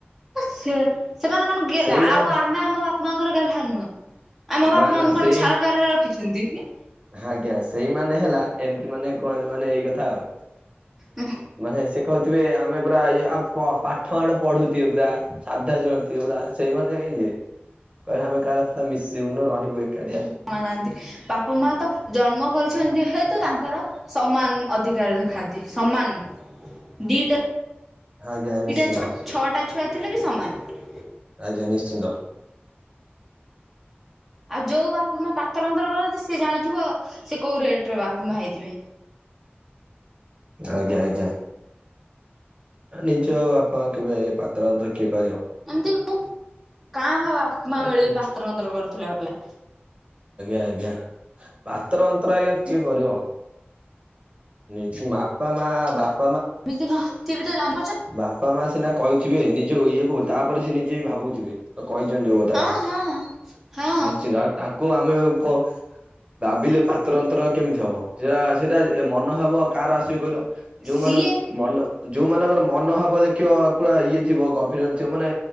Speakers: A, in the centre; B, on the right (about 30°).
A: ସେ ସେମାନେ କଣ ଗେହ୍ଲା
B: ସେଇମାନେ
A: ଆଉ ଅପ୍ ଆମେ ଆମ ବାପା ମାଆଙ୍କର ଗେହ୍ଲା ନୁହଁ ଆମ ବାପା
B: ବା ନା
A: ଆମକୁ
B: ସେଇ
A: କଣ ଛାର କାର ରେ ରଖିଛନ୍ତି କି?
B: ଆଜ୍ଞା ସେଇ ମାନେ ହେଲା ଏମତି ମାନେ କହନ୍ତି ମାନେ ଏଇ କଥା ଆଉ।
A: ଉଁ।
B: ମାନେ ସେ କହୁଥିବେ ଆମେ ପୁରା ଇ ଆ ଅ ପାଠ ଆଡ ପଢୁଥିବେ ପୁରା ସାଧା ସିଏ ନଥିବେ, ପୁରା ସେଇମାନେ ହିଁ ଇଏ। କହିବା ଆମେ କାହା ସହିତ ମିଶିବୁନୁ, ରହିବୁ ଏକାଟିଆ।
A: ବାପା, ମାଁ ନାହାନ୍ତି। ବାପା ମାଁ ତ ଜନ୍ମ କରିଛନ୍ତି ଯେହେତୁ, ତାଙ୍କର ସମାନ ଅଧିକାର ଦେଖାନ୍ତି, ସମାନ। ଦିଟା
B: ଆଜ୍ଞା ନିଶ୍ଚିନ୍ତ
A: ଦିଟା ଛୁଆ ଛଅଟା ଛୁଆ ଥିଲେ ବି ସମାନ।
B: ଆଜ୍ଞା ନିଶ୍ଚିନ୍ତ
A: ଆଉ, ଯୋଉ ବାପା, ମା ପାତର ଅନ୍ତର କରନ୍ତି। ସେ ଜାଣିଥିବ, ସେ କୋଉ ରେଟ୍ ର ବାପା ମା ହେଇଥିବେ।
B: ଆଜ୍ଞା ଆଜ୍ଞା। ନିଜ ବାପା କେବେ ପାତର ଅନ୍ତର କିଏ କରିବ?
A: ଏମିତି କଉ କାଁ, ଭାଁ ବାପ ମା
B: ଆଜ୍ଞା
A: ମିଳିବେ, ପାତର ଅନ୍ତର କରୁଥିଲା ବାଲା।
B: ଆଜ୍ଞା। ପାତର ଅନ୍ତର ଆଜ୍ଞା କିଏ କରିବ? ନିଜ୍ ବାପା ମାଁ-ଆ ବାପ୍
A: ବି ତ ନଥି <unintelligible>
B: ବାପା ମାଆ ସିନା କହିଥିବେ ନିଯୋ ଇଏକୁ ତା ପରେ ନିଯେଭାବୁଥିବେ କହିଛନ୍ତି ଯୋଉ ହେଳା
A: ହଁ ହଁ ହଁ
B: ନିଶ୍ଚିନ୍ତ ଆଉ ତାଙ୍କୁ ଆମେ କ ଭାବିଲେ ପାତ୍ର ଅନ୍ତ୍ର କେମିତି ହବ। ସେରା ସେଇଟା ମନୋଭାବ କାହାର ଆସିବେ କହିଲ ଯୋଉମାନଙ୍କ
A: ସିଏ
B: ମନ ଯୋଉମାନଙ୍କର ମନୋଭାବ ଦେଖିବ ପୁରା ଇଏ ଥିବ ଗଭୀରଥିବ ମାନେ